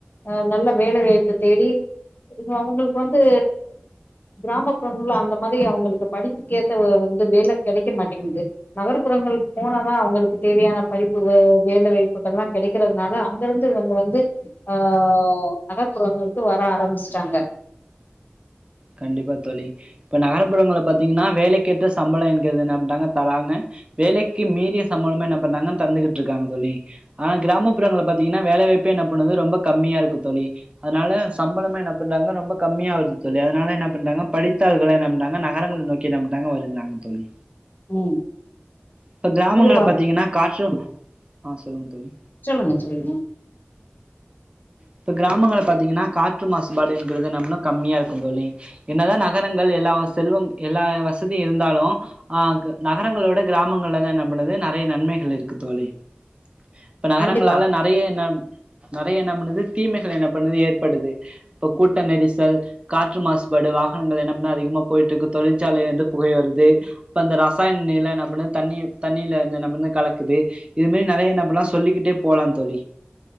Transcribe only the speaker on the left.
அஹ நல்ல வேலை வாய்ப்பு தேடி அவுங்களுக்கு வந்து கிராமப்புறங்கள அந்த மாதிரி அவுங்களுக்கு படிப்புகேத்த வந்து வேலை கிடைக்க மாட்டேங்குது நகர்ப்புறங்கள் போனதான் அவுங்களுக்கு தேவையான படிப்பு வேலை வாய்ப்புகள் எல்லாம் கிடைக்கறதுனால அங்கெருந்து இவுங்க வந்து ஆஹ நகர்ப்புறங்களுக்கு வர ஆரம்பிச்சுட்டாங்க
ம்
இதுவா
சொல்லுங்க சொல்லுங்க
கண்டிப்பா